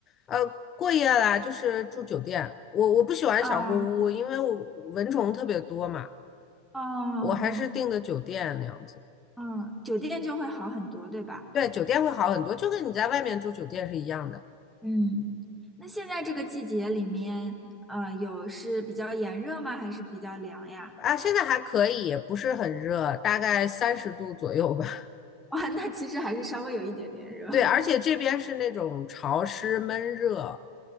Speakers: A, on the left; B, in the centre.
A: 呃，过夜啦，就是住酒店。我我不喜欢小木屋，
B: 啊，
A: 因为我蚊虫特别多嘛。
B: 啊
A: 我还是订的酒店那样子。
B: 啊嗯，酒店就会好很多，对吧？
A: 对，酒店会好很多，就跟你在外面住酒店是一样的
B: 嗯，那现在这个季节里面，呃，有是比较炎热吗？还是比较凉呀？
A: 啊。现在还可以，也不是很热，大概三十度左右吧。
B: <laughs> 哇，那其实还是稍微有一点点热。
A: <laughs> 对，
B: <laughs>
A: 而且这边是那种潮湿闷热，